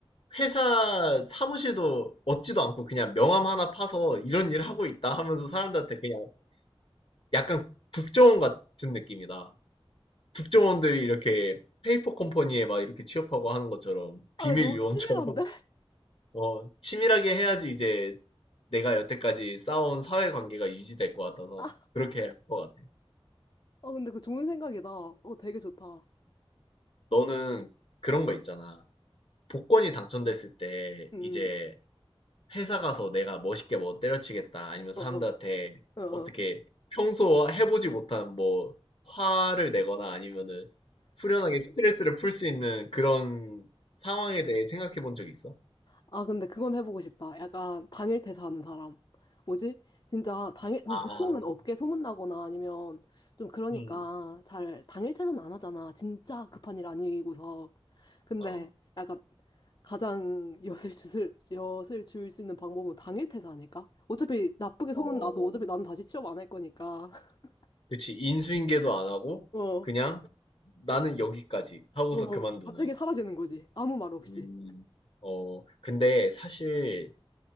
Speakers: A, on the left (about 65°); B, on the left (about 45°).
A: 회사 사무실도 얻지도 않고 그냥 명함 하나 파서 이런 일 하고 있다 하면서 사람들한테 그냥 약간 국정원 같은 느낌이다. 국정원들이 이렇게 페이퍼 컴퍼니에 막 이렇게 취업하고 하는 것처럼 비밀
B: 아, 너무
A: 요원처럼
B: 치밀한데?
A: <laughs> 어, 치밀하게 해야지 이제 내가 여태까지 쌓아온 사회 관계가 유지될 것 같아서
B: 아,
A: 그렇게 할 것 같아.
B: 어, 근데 그 좋은 생각이다. 어, 되게 좋다.
A: 너는 그런 거 있잖아. 복권이 당첨됐을 때
B: 음,
A: 이제
B: 음.
A: 회사 가서 내가 멋있게 뭐 때려치겠다 아니면 사람들한테
B: 어, 어, 어, 어.
A: 어떻게 평소 해보지 못한 뭐 화를 내거나 아니면은 후련하게 스트레스를 풀 수 있는 그런 상황에 대해 생각해 본 적 있어?
B: 아, 근데 그건 해보고 싶다. 약간 당일 퇴사하는 사람. 뭐지? 진짜 당일, <laughs>
A: 아,
B: 보통은 업계 소문나거나 아니면 좀 그러니까
A: 음,
B: 잘 당일 퇴사는 안 하잖아. 진짜 급한 일 아니고서. 근데
A: 어,
B: 약간 가장 <laughs> 엿을 줄, 수- 엿을 줄 수 있는 방법은 당일 퇴사 아닐까? 어차피 나쁘게
A: 어.
B: 소문나도 어차피 나는 다시 취업 안 할 거니까. <laughs>
A: 그치. 인수인계도 안 하고
B: 어,
A: 그냥 나는 여기까지 하고서
B: 어,
A: 그만두는.
B: 갑자기 사라지는 거지. 아무 말 없이.
A: 음. 어, 근데 사실